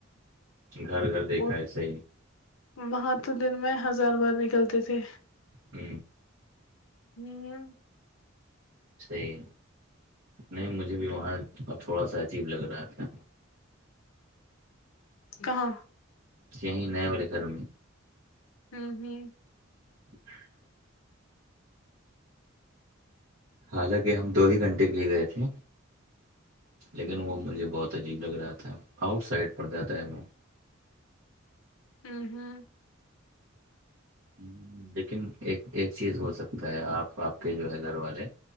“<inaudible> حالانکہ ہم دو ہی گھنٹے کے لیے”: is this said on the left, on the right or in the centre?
Right